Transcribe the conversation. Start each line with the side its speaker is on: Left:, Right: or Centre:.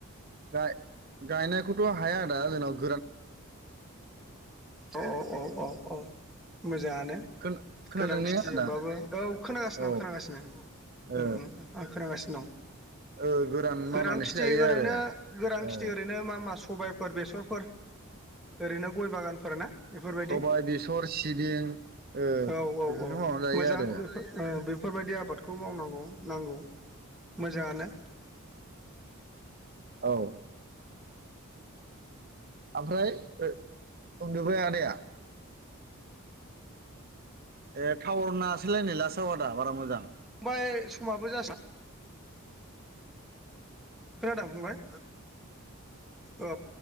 Right: गाय गायनायखौथ' हाया आदा जोनाव
Centre: अ औ औ औ मोजाङानो
Right: खोन खोनादों
Centre: गोरान
Right: ने
Centre: खेथिजोंबाबो
Right: आदा
Centre: औ खोनागासिनो
Right: औ
Centre: आं खोनागासिनो,
Right: ओ
Centre: उम उम आं खोनागासि
Right: ओ गोरान मावनानैसो
Centre: गोरां खेथि
Right: जायो
Centre: ओरैनो
Right: आरो
Centre: गोरां
Right: औ
Centre: खेथि ओरैनो मा मा सबाय फोर बेसरफोर ओरैनो गय बागानफोर ना? बेफोरबायदि
Right: सबाय बेसर सिबिं ओ
Centre: औ औ
Right: बेफोरखौ
Centre: औ
Right: मावनानै
Centre: मोजां
Right: जायो आरो
Centre: बेफोर ओ बेफोर इफोरबायदि आबादखौ मावनांगौ। नांगौ मोजाङानो
Right: <inaudible> औ ओमफ्राय ओ उन्दुबाय आदाया? ए टाउरनाङासैलाय नै लास्टआव आदा बारा मोजां,
Centre: फंबाय समाबो जास खोनादों फंबाय? औ